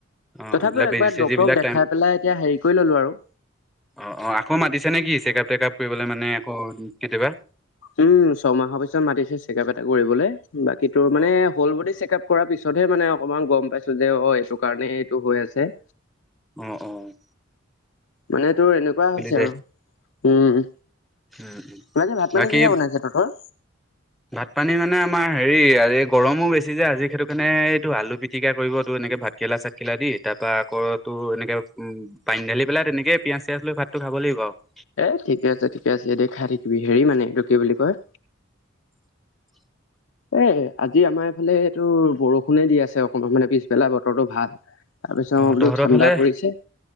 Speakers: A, in the centre; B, on the left.
A: অ
B: তথাপিও
A: এইবিলাক
B: একবাৰ
A: বেজি চেজি
B: ডক্তৰক
A: বিলাক
B: দেখাই পেলাই এতিয়া হেৰি কৰি ললোঁ‌ আৰু।
A: অ'-অ' আকৌ মাতিছে নে কি চেকাপ তেকাপ কৰিবলৈ মানে আকৌ কেতিয়াবা?
B: উম, ছয়মাহৰ পিছত মাতিছে চেকাপ এটা কৰিবলে, বাকী তোৰ মানে
A: অ অ
B: হল ব'ডি চেকাপ। কৰা পিছতহে মানে অকমান গম পাইছোঁ‌ যে হয় এইটো কাৰণে এইটো হৈ আছে।
A: অ'-অ'।
B: মানে তোৰ এনেকুৱা হৈছে
A: দে
B: আৰু, উম,
A: উম উম
B: মানে ভাত-পানী
A: বাকী
B: কিহে বনাইছা? তাৰপা?
A: ভাত পানী মানে আমাৰ হেৰি এই গৰমো বেছি যে আজি সেইটো কাৰণে এইটো আলু পিটিকা কৰিবটো এনেকে ভাত ভাতকেলা চাটকেলা দি তাৰপৰা আকৌ তোৰ এনেকে পানী ঢালি পেলাই তেনেকে পিঁয়াজ চিয়াজ লৈ ভাতটো খাব লাগিব আৰু।
B: এ ঠিকে আছে, ঠিকে আছে এ দে খাই থাকিবি, হেৰি মানে এইটো কি বুলি কয়
A: <unintelligible>
B: এ আজি আমাৰ এইফালে এইটো বৰষুণে দি আছে অকণমান মানে পিছবেলা বতৰতো ভাল।
A: <inaudible>
B: তাৰপিছত মই বোলো
A: তহঁতৰ
B: ঠাণ্ডা
A: ফালে
B: পৰিছে।